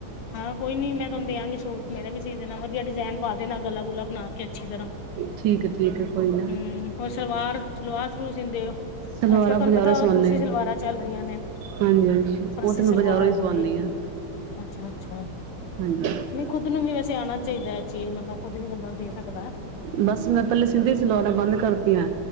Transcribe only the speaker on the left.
ਹਾਂ ਕੋਈ ਨੀ, ਮੈਂ ਤੁਹਾਨੂੰ ਦਿਆਂਗੀ ਸੂਟ ਮੇਰਾ ਵੀ ਸੀ ਦੇਣਾ, ਵਧੀਆ ਡਿਜ਼ਾਇਨ ਪਾ ਦੇਣਾ, ਗਲਾ ਗੁਲਾ ਬਣਾ। ਕਿ ਅੱਛੀ ਤਰ੍ਹਾਂ,
ਹੂ, ਹੋਰ ਸਲਵਾਰ ਸਲਵਾਰ ਸਲੂਰ ਸੀਂਦੇ ਹੋ।
ਅੱਜ ਕੱਲ੍ਹ ਤੁਹਾਨੂੰ
ਪਤਾ,
ਦੂਸਰੀ
ਸਲਵਾਰਾਂ ਚੱਲ ਰਹੀਆਂ ਨੇ।
ਫਰਸੀ
ਸਲਵਾਰ
ਹੋ
ਗਈ
ਅੱਛਾ- ਅੱਛਾ
ਨਹੀਂ ਖੁੱਦ ਨੂੰ ਵੀ ਵੈਸੇ ਆਉਣਾ ਚਾਹੀਦਾ ਐ ਚੀਜ਼, ਮਤਲਬ ਖੁੱਦ ਵੀ ਬੰਦਾ ਸੀ ਸਕਦਾ